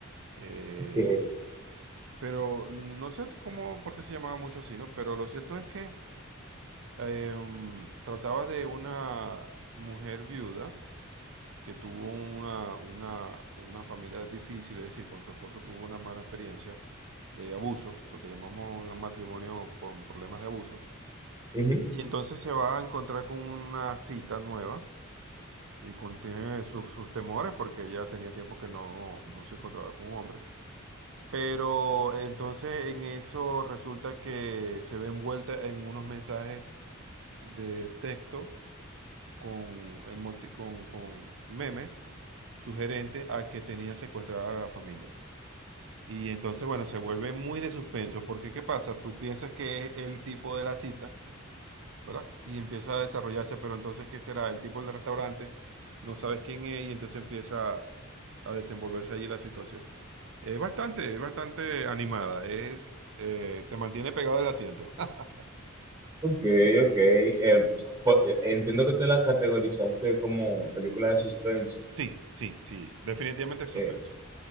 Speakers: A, on the right (about 65°); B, on the right (about 20°).
A: Eh,
B: Ok.
A: pero no sé cómo, por qué se llamaba mucho así, ¿no? Pero lo cierto es que em, trataba de una mujer viuda que tuvo una, una, una familia difícil, es decir, con su esposo tuvo una mala experiencia de abuso, lo que llamamos un matrimonio con problemas de abuso,
B: ujú,
A: y entonces se va a encontrar con una cita nueva y contiene sus, sus temores porque ella tenía tiempo que no, no se encontraba con un hombre. Pero entonces en eso resulta que se ve envuelta en unos mensajes de texto con, emoti- con, con memes sugerentes a que tenían secuestrada a la familia. Y entonces, bueno, se vuelve muy de suspenso, porque ¿qué pasa? Tú piensas que es el tipo de la cita, ¿verdad? Y empieza a desarrollarse, pero entonces, ¿qué será? El tipo del restaurante, no sabes quién es, y entonces empieza a desenvolverse allí la situación. Es bastante, es bastante animada, es, eh, te mantiene pegado el asiento. <laughs>
B: Ok, ok. Em, po- eh, entiendo que tú la categorizaste como película de suspenso.
A: Sí, sí, sí, definitivamente es suspenso.
B: Eh,